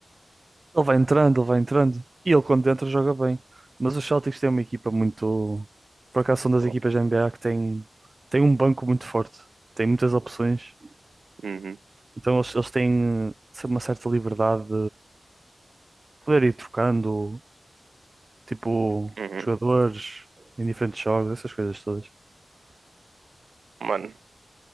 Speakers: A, on the right; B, on the right.
A: Ele vai entrando, ele vai entrando, e ele quando entra joga bem. Mas os Celtics têm uma equipa muito. Por acaso são das
B: Bom,
A: equipas da NBA que tem tem um banco muito forte, tem muitas opções,
B: Uhum,
A: então eles, eles têm sempre uma certa liberdade poder ir trocando, tipo,
B: uhum.
A: jogadores em diferentes jogos, essas coisas todas.
B: Mano,